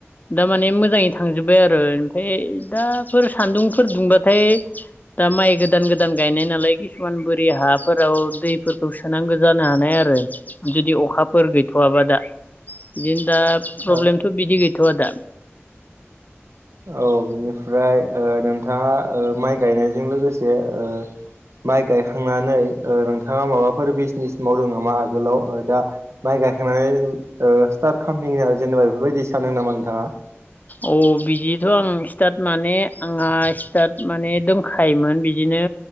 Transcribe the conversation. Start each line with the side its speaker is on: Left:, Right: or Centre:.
Left: दामाने मोजाङै थांजोबबाय आरो ओमफाय दाफोर सान्दुंफोर दुंबाथाय दा माइ गोदान गोदान गायनाय नालाय किसुमान बो हाफोराव दैफोरखौ सोनांगौ जानो हानाय आरो जुदि अखाफोर गैथ'आबा दा। बिदिनो दा प्रब्लेमथ'
Right: ओ
Left: बिदि गैथ'वा दा।
Right: औ बेनिफ्राय ओ नोंथाङा ओ माइ गायनाय जों लोगोसे ओ माइ गायखांनानै ओ नोंथाङा माबाफोर <unintelligible> मावदों नामा आगोलाव ओ दा माइ गायखांनानै ओ सिथार्थ <unintelligible> जेनेबा बेफोरबायदि दि सानो नामा नोंथाङा
Left: अ बिदिथ' आं स्टार्ट माने आंहा स्टार्ट माने दंखायोमोन बि दिनो